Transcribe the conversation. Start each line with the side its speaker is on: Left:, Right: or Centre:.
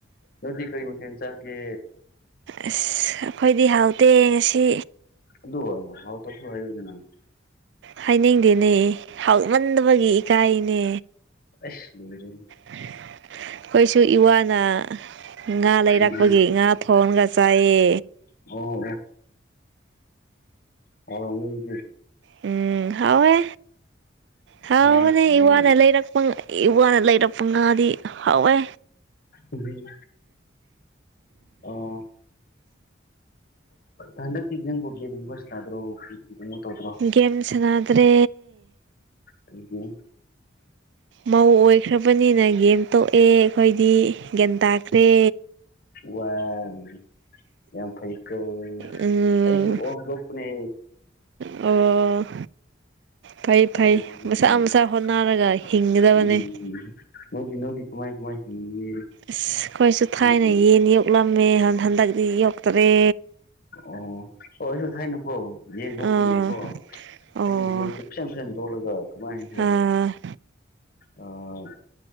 Left: ꯅꯣꯏꯗꯤ ꯀꯔꯤ ꯃꯊꯦꯜ ꯆꯥꯒꯦ
Right: ꯑꯁ ꯑꯩꯈꯣꯏꯗꯤ ꯍꯥꯎꯇꯦ ꯉꯁꯤ
Left: ꯑꯗꯨ ꯍꯥꯎꯇꯔꯥꯁꯨ ꯍꯥꯏꯌꯨꯗꯅ
Right: ꯍꯥꯏꯅꯤꯡꯗꯦꯅꯦ ꯍꯥꯎꯛꯃꯟꯗꯕꯒꯤ ꯏꯀꯥꯏꯅꯦ
Left: ꯑꯁ ꯂꯣꯏꯔꯦ
Right: ꯑꯩꯈꯣꯏꯁꯨ ꯏꯋꯥꯅ ꯉꯥ ꯂꯩꯔꯛꯄꯒꯤ
Left: ꯎꯝ
Right: ꯉꯥ ꯊꯣꯡꯉꯥꯒ ꯆꯥꯌꯦ
Left: ꯑꯣ ꯑꯣ ꯍꯥꯎꯔꯝꯒꯅꯤ ꯑꯗꯨꯗꯤ
Right: ꯎꯝ ꯍꯥꯎꯋꯦ ꯍꯥꯎꯕꯅꯦ
Left: ꯅꯋꯥꯅ ꯊꯣꯡꯕꯅꯤꯅ
Right: ꯏ ꯋꯥꯅ ꯂꯩꯔꯛꯄ ꯏꯋꯥꯅ ꯂꯩꯔꯛꯄ ꯉꯥꯗꯤ ꯍꯥꯎꯋꯦ
Left: ꯎꯝ ꯑꯣ ꯍꯟꯗꯛꯇꯤ ꯅꯪꯕꯨ ꯒꯦꯝꯒꯨꯝꯕ ꯁꯅꯥꯗꯔꯣ <unintelligible>
Right: ꯒꯦꯝ ꯁꯅꯥꯗ꯭ꯔꯦ
Left: ꯀꯩꯒꯤ
Right: ꯃꯧ ꯑꯣꯏꯈ꯭ꯔꯕꯅꯤꯅ ꯒꯦꯝ ꯇꯣꯛꯑꯦ ꯑꯩꯈꯣꯏꯗꯤ ꯒ꯭ꯌꯥꯟ ꯇꯥꯈ꯭ꯔꯦ
Left: ꯋꯥꯎ ꯌꯥꯝ ꯐꯩꯀꯣ
Right: ꯎꯝ
Left: ꯑꯩꯁꯨ ꯑꯣ ꯂꯣꯛꯄꯅꯦ
Right: ꯑꯣ ꯐꯩ
Left: <unintelligible>
Right: ꯐꯩ ꯃꯁꯥ ꯃꯁꯥ ꯍꯣꯠꯅꯔꯒ ꯍꯤꯡꯒꯗꯕꯅꯦ
Left: ꯀꯃꯥꯏ ꯀꯃꯥꯏ ꯍꯤꯡꯉꯤꯒꯦ
Right: ꯑꯁ ꯑꯩꯈꯣꯏꯁꯨ ꯊꯥꯏꯅ
Left: ꯅꯣꯏꯗꯤ
Right: ꯌꯦꯟ ꯌꯣꯛꯂꯝꯃꯦ ꯍꯟꯗꯛꯇꯤ ꯌꯣꯛꯇꯔꯦ
Left: ꯑꯣ ꯑꯣ ꯑꯩꯁꯨ ꯊꯥꯏꯅꯀꯣ ꯌꯦꯟ ꯊꯣꯛꯄꯅꯦꯕꯀꯣ
Right: ꯑꯥ ꯑꯣ
Left: ꯑꯩꯁꯦ ꯌꯦꯟꯁꯦ ꯁꯦꯝ ꯁꯦꯝꯗꯣꯛꯂꯒ ꯀꯃꯥꯏ ꯍꯥꯏꯁꯤꯔ
Right: ꯑꯥ
Left: ꯑꯥ